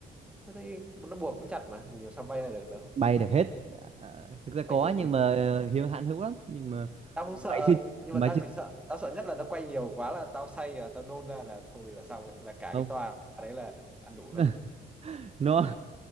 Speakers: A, in the centre; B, on the right (about 30°).
A: tao thấy nó buộc cũng chặt mà mình làm sao bay ra được đâu
B: bay được hết à, thực ra
A: bay
B: có
A: kiểu gì
B: nhưng mà ờ, hiếm hạn hữu lắm nhưng mà
A: tao không sợ
B: mày chưa
A: nhưng
B: mày
A: mà tao
B: chưa
A: chỉ sợ tao sợ nhất là nó quay nhiều quá là tao say là tao nôn ra là thôi là xong ấy. là cả
B: không
A: cái tòa đấy là ăn đủ
B: <laughs>
A: đấy
B: nó